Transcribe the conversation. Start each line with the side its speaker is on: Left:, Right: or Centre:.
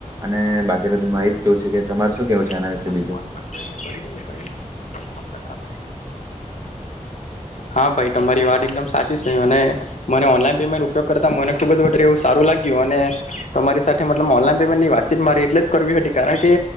Right: અને બાકી તો ઋતુ માં એ જ કેવું છે કે
Left: <unintelligible>
Right: તમારે શું કહેવું છે આના વિશે બીજું
Left: કરીને કરી દે ને <inaudible> કમ હા ભાઈ તમારી વાત એકદમ સાચી છે અને મને ઓનલાઈન પેમેન્ટ ઉપયોગ કરતા મને ખુબ જ વધારે એવું સારું લાગ્યું અને તમારી સાથે મતલબ ઓનલાઈન પેમેન્ટની વાત મારે એટલે જ કરવી હતી કારણ કે